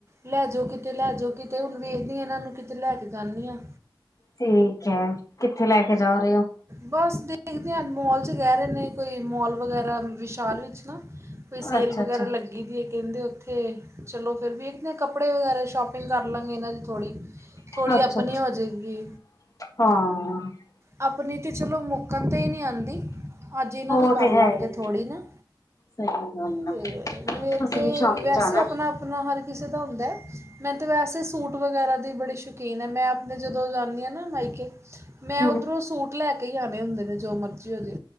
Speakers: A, on the right; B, on the left.
A: ਲੈਜੋ ਕਿਤੇ, ਲੈਜੋ ਕਿਤੇ, ਹੁਣ ਵੇਖਦੀ ਹਾਂ ਇਹਨਾਂ ਨੂੰ ਕਿਤੇ ਲੈਕੇ ਜਾਂਨੀ ਆਂ।
B: ਠੀਕ ਹੈ, ਕਿੱਥੇ ਲੈਕੇ ਜਾ ਰਹੇ ਹੋ?
A: ਬਸ ਦੇਖਦੇ ਹਾਂ, ਮੌਲ'ਚ ਕਹਿ ਰਹੇ ਨੇ, ਕੋਈ ਮੌਲ ਵਗੈਰਾ ਵਿਸ਼ਾਲ ਵਿੱਚ ਨਾ ਕੋਈ ਸੇਲ
B: ਅੱਛਾ-ਅੱਛਾ
A: ਵਗੈਰਾ ਲੱਗੀਦੀ ਹੈ ਕਹਿੰਦੇ ਉੱਥੇ, ਚਲੋ ਫਿਰ ਵੇਖਦੇ ਆਂ, ਕੱਪੜੇ ਵਗੈਰਾ ਸ਼ੋਪਿੰਗ ਕਰ ਕਰਲਾਂਗੇ ਇਹਨਾਂ ਦੀ ਥੋੜੀ। ਥੋੜੀ,
B: ਅੱਛਾ-ਅੱਛਾ
A: ਅਪਨੀ ਹੋਜੇਗੀ।
B: ਹਾਂ।
A: ਆਪਨੀ ਤੇ ਚਲੋ ਮੁੱਕਣ ਤੇ ਹੀ ਨਹੀਂ ਆਂਦੀ, ਅੱਜ ਇਹਨਾਂ
B: ਉਹ
A: ਦੀ ਕਰਲਾਂਗੇ
B: ਤੇ ਹੈ ਹੀ
A: ਥੋੜੀ ਨਾ।
B: ਸਹੀ ਗੱਲ
A: ਤੇ,
B: ਆ
A: ਮੇਰ
B: ਅਸੀਂ
A: ਤੇ
B: ਵੀ ਸ਼ਾਮੀ
A: ਵੈਸੇ
B: ਜਾਣਾ
A: ਅਪਨਾ-ਅਪਨਾ ਹਰ ਕਿਸੇ ਦਾ ਹੁੰਦਾ। ਮੈਂ ਤਾ ਵੈਸੇ ਸੂਟ ਵਗੈਰਾ ਦੀ ਬੜੀ ਸ਼ਕੀਨ ਐ, ਮੈਂ, ਆਪਣੇ ਜਦੋਂ ਜਾਂਦੀ ਆ ਨਾ ਮਾਈਕੇ ਮੈਂ,
B: ਹੂੰ
A: ਓ ਸੂਟ ਲੈਕੇ ਹੀ ਆਣੇ ਹੁੰਦੇ ਨੇ, ਜੋ ਮਰਜ਼ੀ ਹੋਜੇ।